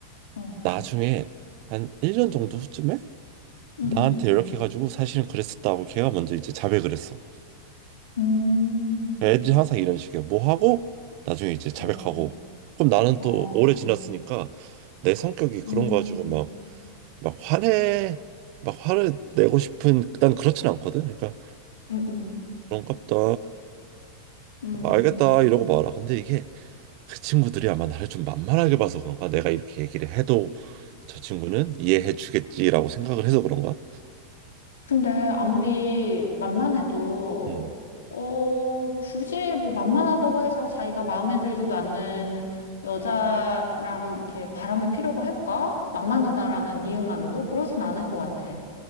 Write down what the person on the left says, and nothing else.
어,
음,
음.
음,
어.
어,
음,
음, 음,
음.
근데 아무리 만만해도,
어, 굳이 뭐 만만하다고 해서 자기가 마음에 들지도 않는 여자랑 이렇게 바람을 피려고 할까? 만만하다라는 이유만으로? 그러진 않을 것 같아.